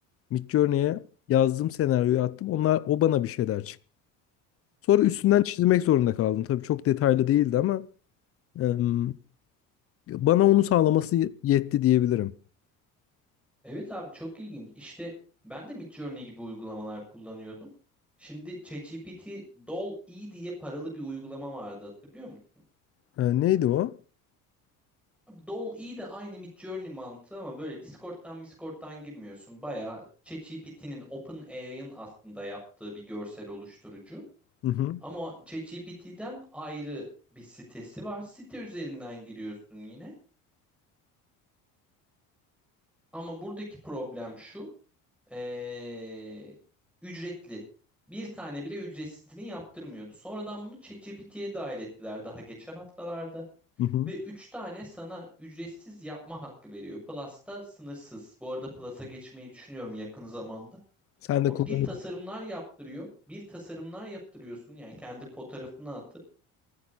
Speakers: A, on the left; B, in the centre.
A: Midjourney'e yazdım senaryoyu attım. Onlar o bana bir şeyler Sonra üstünden çizmek zorunda kaldım. Tabii çok detaylı değildi ama em, bana onu sağlaması yetti diyebilirim.
B: Evet abi çok ilginç. İşte ben de Midjourney gibi uygulamalar kullanıyordum. Şimdi ChatGPT Dall-E diye paralı bir uygulama vardı hatırlıyor musun?
A: E, neydi o?
B: Abi Dall-E de aynı Midjourney mantığı ama böyle Discord'dan Discord'dan girmiyorsun. Bayağı ChatGPT'nin OpenAI'ın aslında yaptığı bir görsel oluşturucu.
A: Hı hı,
B: Ama ChatGPT'den ayrı bir sitesi var. Site üzerinden giriyorsun yine. Ama buradaki problem şu. Ee, ücretli. Bir tane bile ücretsizini yaptırmıyordu. Sonradan bunu ChatGPT'ye dahil ettiler daha geçen haftalarda.
A: hı hı.
B: Ve 3 tane sana ücretsiz yapma hakkı veriyor. Plus'ta sınırsız. Bu arada Plus'a geçmeyi düşünüyorum yakın zamanda.
A: Sen
B: O
A: de kullanıyorsun.
B: bir tasarımlar yaptırıyor. Bir tasarımlar yaptırıyorsun yani kendi fotoğrafını atıp.